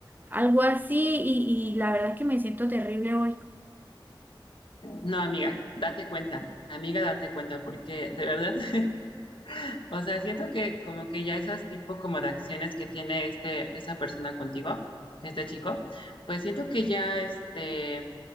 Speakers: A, on the right; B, on the left.
A: algo así, y, y la verdad es que me siento terrible hoy.
B: No, amiga, date cuenta, amiga, date cuenta, porque de verdad, <laughs> o sea, siento que como que ya esas tipo como de acciones que tiene este, esa persona contigo, este chico, pues siento que ya este,